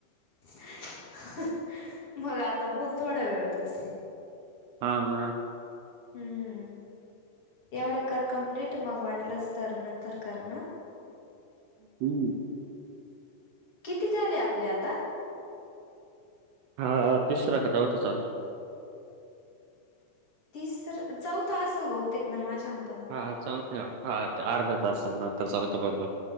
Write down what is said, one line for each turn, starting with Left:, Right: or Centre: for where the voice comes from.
Left: अ हं हं मग आता बोल थोडा वेळ तूच.
Right: हा हा.
Left: हम्म. एवढं कर कम्प्लीट मग वाटलंच तर नंतर कर ना.
Right: हम्म.
Left: किती झाले आपले आता?
Right: हा ह तिसरा का चौथा चालूय.
Left: तिसरं चौथं असेल बहुतेक ना माझ्या अंदाजा
Right: हा चौथ हा अर्धा तास नंतर चौथा बरोबर.